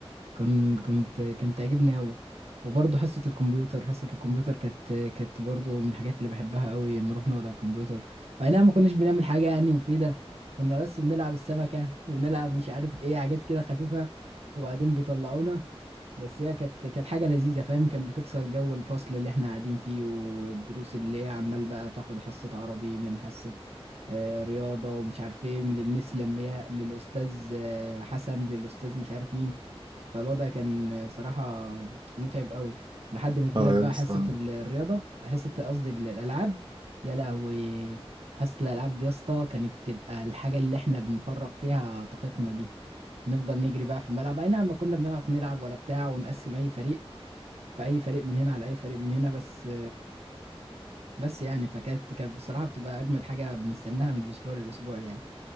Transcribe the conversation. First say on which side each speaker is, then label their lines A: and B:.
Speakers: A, on the right; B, on the right.
A: كنت كنت كانت تعجبني أوي وبرضه حصة الكمبيوتر حصة الكمبيوتر كانت كانت برضه من الحاجات اللي بحبها أوي نروح نقعد على الكمبيوتر أي نعم ما كناش بنعمل حاجة يعني مفيدة كنا بس بنلعب السمكة بنلعب مش عارف ايه حاجات كده خفيفة وبعدين بيطلعونا بس هي كانت كانت حاجة لذيذة فاهم كانت بتكسر جو الفصل اللي احنا قاعدين فيه والدروس اللي هي عمال بقى تاخد حصة عربي من حصة آه، رياضة ومش عارف ايه من المس لمياء للأستاذ آه، حسن للأستاذ مش عارف مين فالوضع كان صراحة متعب قوي لحد ما تجيلك
B: اه
A: بقى
B: يا اسطى
A: حصة ال- الرياضة حصة قصدي ال- الألعاب يا لهوي حصة الألعاب دي يا اسطى كانت تبقى الحاجة اللي احنا بنفرغ فيها طاقتنا دي نفضل نجري بقى في الملعب أي نعم ما كنا بنعرف نلعب ولا بتاع ونقسم أي فريق فأي فريق من هنا على أي فريق من هنا بس بس يعني فكانت كانت بصراحة بتبقى أجمد حاجة بنستناها من الأسبوع للأسبوع يعني